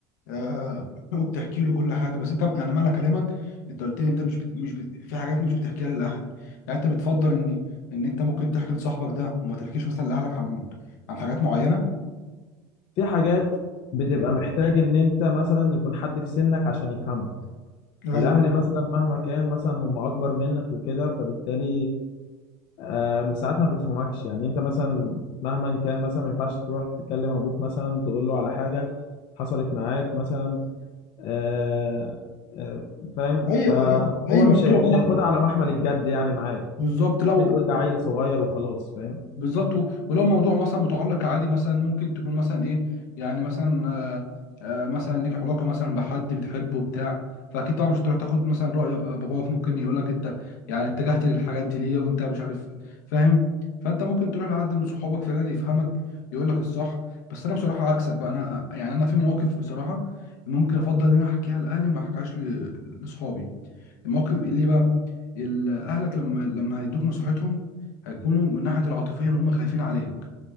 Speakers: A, on the left; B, on the left.
A: آه <laughs> وبتحكي له كل حاجه بس انت يعني معنى كلامك انت قلت لي انت مش بت... مش بت... في حاجات مش بتحكيها للاهل يعني انت بتفضل ان ان انت ممكن تحكي لصاحبك ده وما تحكيش مثلا لاهلك عن عن حاجات معينه
B: في حاجات بتبقى محتاج إن أنت مثلا يكون حد في سنك عشان يفهمك
A: ايوه
B: الأهل مثلا مهما كان مثلا هم أكبر منك وكده فبالتالي آه، ساعات ما بيفهمكش يعني انت مثلا مهما كان مثلا ما ينفعش تروح تكلم ابوك مثلا تقول له على حاجه حصلت معاك مثلا آه، آه، فاهم
A: اي
B: فهو
A: اي, أي موضوع
B: مش هي- مش
A: <laughs> اه
B: هياخدها على محمل الجد يعني معاك
A: بالظبط لا
B: ممكن يقول ده عيل صغير وخلاص فاهم
A: بالظبط و- ولو موضوع مثلا متعلق عادي مثلا ممكن تكون مثلا ايه يعني مثلا آه آه مثلا ليك علاقه مثلا بحد بتحبه بتاع فاكيد طبعا مش هتروح تاخد مثلا راي آه، باباك ممكن يقول لك انت يعني اتجهت للحاجات دي ليه وانت مش عارف فاهم فانت ممكن تروح لحد من صحابك فعلا يفهمك يقول لك الصح بس انا بصراحه عكسك بقى انا آه، يعني انا في مواقف بصراحه ممكن افضل ان انا احكيها لاهلي وما احكيهاش ل- لاصحابي الموقف ليه بقى ال- اهلك لما لما هيدوك نصيحتهم هيكونوا من ناحيه العاطفيه اللي هم خايفين عليك